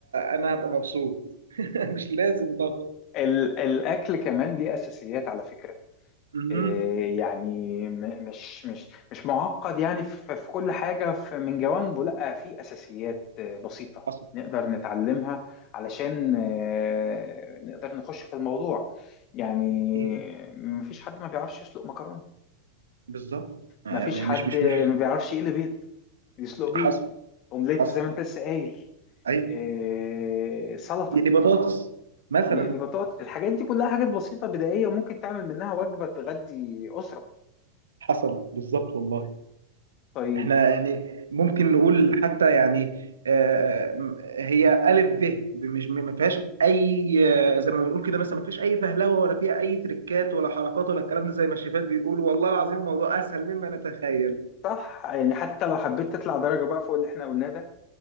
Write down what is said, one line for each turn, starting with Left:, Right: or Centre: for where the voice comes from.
Right: انا هبقى مبسوط <laughs> مش لازم ضغط
Left: ال- الاكل كمان ليه اساسيات على فكرة
Right: مهم.
Left: آه، يعني م- مش مش مش معقد يعني في في كل حاجة في- من جوانبه لا في أساسيات آه، بسيطة
Right: حصل
Left: نقدر نتعلمها علشان آه، نقدر نخش في الموضوع يعني
Right: ايه
Left: مفيش حد ما بيعرفش يسلق مكرونة
Right: بالظبط آه،
Left: مفيش
Right: يعني
Left: حد
Right: مش مش مش
Left: ما بيعرفش يقلي بيض يسلق بيض
Right: حصل
Left: أومليت
Right: حصل
Left: زي ما أنت لسه قايل
Right: ايوه
Left: آه، سلطة
Right: دي بطاطس مثلا
Left: يقلي بطاطا الحاجات دي كلها حاجات بسيطة بدائية وممكن تعمل منها وجبة تغدي أسرة
Right: حصل بالظبط والله
Left: طيب
Right: احنا يعني ممكن نقول حتى يعني آه، م- هي الف ب مش ما فيهاش اي آه، زي ما بنقول كده مثلا ما فيهاش اي فهلوه ولا فيها اي تريكات ولا حركات ولا الكلام ده زي ما الشيفات بيقولوا والله العظيم الموضوع اسهل مما نتخيل
Left: صح يعني حتى لو حبيت تطلع درجة بقى فوق اللي احنا قلناه ده